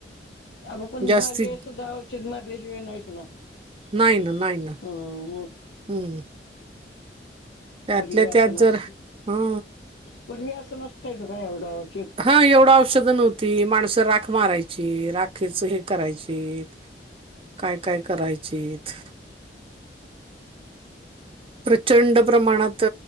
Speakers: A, on the left; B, on the right.
A: अगं पण
B: जास्तीत
A: <unintelligible> सुद्धा औषध मारल्याशिवाय नाइ सुणार
B: नाइ ना नाइ ना.
A: अं व.
B: हम्म त्यातल्या
A: पूर्वी असं
B: त्यात
A: नस
B: जर हा
A: पूर्वी असं नसतय बाई एवढं औषध
B: हा एवढं औषधं नव्हती माणसं राख मारायची राखेच हे करायचीत. काय काय करायचित. प्रचंड प्रमाणात